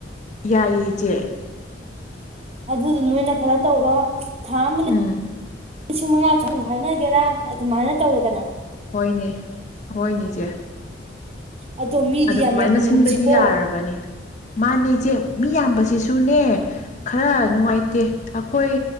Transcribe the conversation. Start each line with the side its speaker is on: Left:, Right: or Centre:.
Left: ꯌꯥꯏꯌꯦ꯫
Right: ꯑꯗꯨꯗꯨ ꯅꯣꯏꯅ ꯈꯔ ꯇꯧꯔꯣ ꯊꯥ ꯑꯃꯗ
Left: ꯎꯝ
Right: ꯂꯤꯁꯤꯡ ꯃꯉꯥ ꯈꯪ ꯈꯥꯏꯅꯒꯦꯔꯥ ꯑꯗꯨꯃꯥꯏꯅ ꯇꯧꯔꯦꯗꯅ꯫
Left: ꯍꯣꯏꯅꯦ ꯍꯣꯏꯅꯦꯁꯦ
Right: ꯑꯗꯣ ꯃꯤꯗꯤ
Left: ꯑꯗꯨꯃꯥꯏꯅ
Right: ꯌꯥꯝ ꯌꯥꯝꯍꯟꯒꯨꯝꯁꯤꯀꯣ
Left: ꯁꯤꯟꯕꯗꯤ ꯌꯥꯔꯕꯅꯤ ꯃꯥꯅꯦ ꯏꯆꯦ ꯃꯤ ꯌꯥꯝꯕꯁꯤꯁꯨ ꯁꯨꯟꯅ ꯈꯔ ꯅꯨꯡꯉꯥꯏꯇꯦ꯫ ꯍꯣꯏ